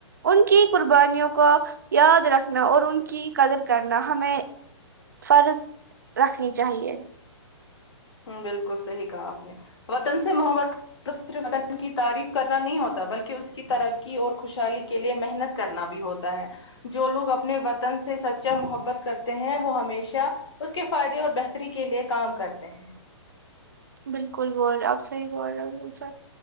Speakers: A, on the right (about 40°); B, on the left (about 60°).
A: ان کی قربانیوں کو یاد رکھنا اور ان کی قدر کرنا ہمیں فرض رکھنی چاہیے
B: ہ بالکل صحیح کہا آپ نے وطن سے محبت تعریف کرنا نہیں ہوتا بلکہ اس کی ترقی اور خوشحالی کے لیے محنت کرنا بھی ہوتا ہے جو لوگ اپنے وطن سے سچا محبت کرتے ہیں وہ ہمیشہ اس کے فائدے اور بہتری کے لیے کام کرتے ہیں
A: بالکل بول رہ آپ صحیح بول رہے ہو سر